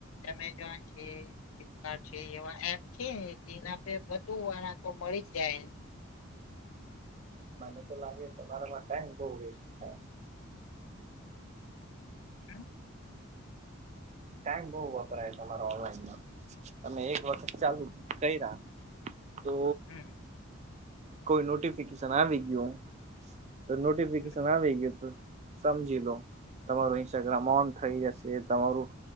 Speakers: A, on the left; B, on the right.
A: એમેઝોન છે. ફ્લિપકાર્ટ છે એવા એપ છે ને તેના પે બધું વાળા તો મળી જ જાય.
B: મને તો લાગે તમારામાં ટાઈમ બઉ વેસ્ટ.
A: હમ.
B: ટાઈમ બઉ વપરાય તમારા ઓનલાઈનમાં, તમે એક વખત ચાલુ કયારા. તો
A: હમ
B: કોઈ નોટિફિકેશન આવી ગયું. તો નોટિફિકેશન
A: હમ
B: આવેગ તો. સમજી લો તમારું ઇન્સ્ટાગ્રામ ઓન થઈ જશે તમારું